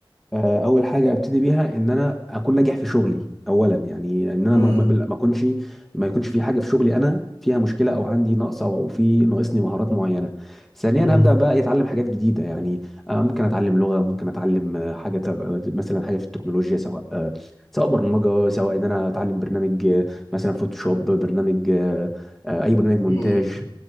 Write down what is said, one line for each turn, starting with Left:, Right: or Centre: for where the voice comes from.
Centre: آه، اول حاجه ابتدي بيها ان انا اكون ناجح في شغلي اولا يعني ان انا
Left: مم.
Centre: ما ما- ما اكونش ما يكونش في حاجه في شغلي انا فيها مشكله او عندي نقص او في ناقصني مهارات معينه ثانيا
Left: مم.
Centre: هبدا بقى اتعلم حاجات جديده يعني آه، ممكن اتعلم لغه ممكن اتعلم آه، حاجه تب- مثلا حاجه في التكنولوجيا سواء آه، سواء برمجه سواء ان انا اتعلم برنامج آه، مثلا فوتوشوب برنامج آه، آه، اي برنامج مونتاج
Left: مم.